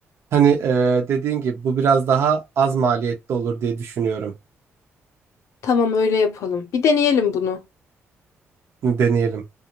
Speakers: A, on the right (about 55°); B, on the left (about 75°).
A: hani e, dediğin gibi bu biraz daha az maliyetli olur diye düşünüyorum.
B: Tamam öyle yapalım. Bir deneyelim bunu.
A: Deneyelim.